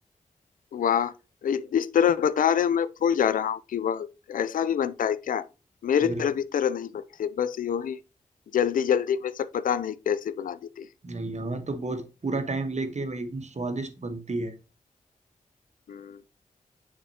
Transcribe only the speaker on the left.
वाह इ- इस तरह बता रहे हो मैं भूल जा रहा हूँ कि वाह ऐसा भी बनता है क्या मेरे
तरफ इस तरह नहीं बनते बस यूं ही जल्दी जल्दी में सब पता नहीं कैसे बना देते हैं
हम्म,